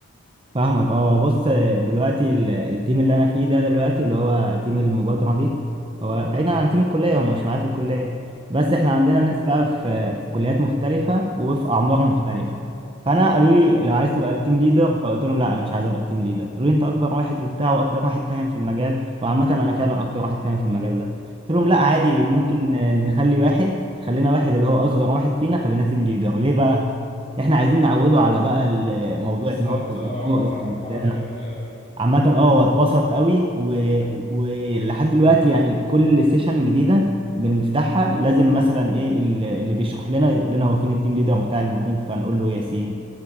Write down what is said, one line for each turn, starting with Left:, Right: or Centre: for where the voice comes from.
Right: فاهمك اه بص دلوقتي ال- التيم اللي انا فيه ده دلوقتي اللي هو تيم المبادرة دي هو بعيدا عن تيم الكلية هو مش معايا في الكلية بس احنا عندنا
Left: مم.
Right: ناس بقى في في كليات مختلفة وفي أعمار مختلفة فانا قالوا لي لو عايز تبقى التيم ليدر فقلت لهم لا انا مش عايز ابقى التيم ليدر قالوا لي انت اكبر واحد وبتاع واكتر واحد فاهم في المجال وعامة انا فعلا اكتر واحد فاهم في المجال ده قلت لهم لا عادي ممكن
Left: مم.
Right: نخلي واحد خلينا واحد اللي هو اصغر واحد فينا خلينا تيم ليدر ليه بقى احنا عايزين نعوده على بقى الموضوع
Left: بالظبط
Right: ان هو بيبقى
Left: اه عامة
Right: قائد وبتاع
Left: حركة جميلة أوي
Right: عامة اه هو اتبسط قوي و- ولحد دلوقتي يعني كل سيشن جديدة بنفتحها لازم مثلا ايه ال- اللي بيشرح لنا يقول لنا هو فين التيم ليدر بتاع الجروب فنقول له ياسين